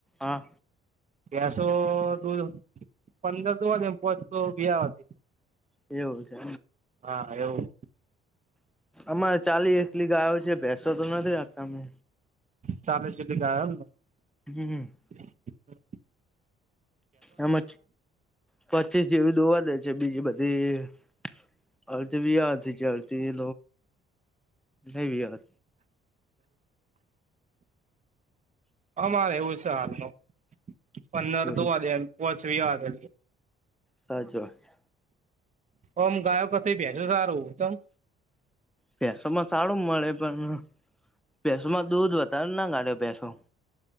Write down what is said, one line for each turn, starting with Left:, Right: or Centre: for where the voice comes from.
Centre: આ.
Right: ગ્યાસો દૂધ પંદર દુ પોચસો વથી <inaudible>
Centre: એવું છે.
Right: હા એવું.
Centre: અમારે ચાલી એકલી ગાયો છે ભૈસો તો નથી રાખતા અમે.
Right: ચાલે સીટી ગાય એમને.
Centre: હું હું.
Right: હમ <unintelligible>
Centre: એમજ પચીસ જેવી દોવા દે છે બીજી બધી. અજ ભી યાારથી <inaudible> ચાલતી એ નહી ભ દ
Right: અમારે એવું છે હાલ નુ. પંદર
Centre: એવું
Right: દો વાે એ પચવી વાે
Centre: સાચી વાત છે.
Right: ઓમ ગાયો કરતાં ભૈસો સારું ચેમ.
Centre: ભૈસોમાં સારું મળે પણ ભેસોમાં દૂધ વધારે ના કાઢે ભૈસો.